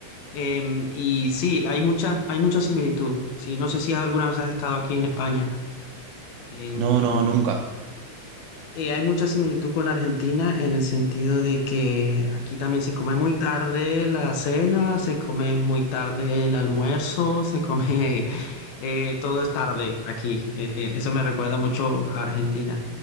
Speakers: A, on the left; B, on the right.
A: Em, y sí, hay muchas, hay mucha similitud. Sí, no sé si alguna vez has estado aquí en España. Em,
B: No, no, nunca.
A: eh, hay mucha similitud con Argentina en el sentido de que aquí también se come muy tarde la cena, se come muy tarde el almuerzo, se come <laughs> eh, todo es tarde aquí. Eh, eh, eso me recuerda mucho a Argentina.